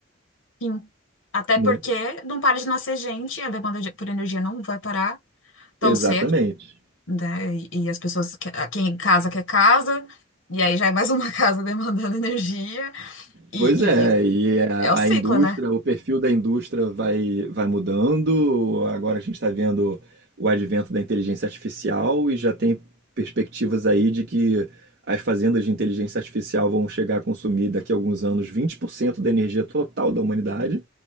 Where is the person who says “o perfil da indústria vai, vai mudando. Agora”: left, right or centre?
Right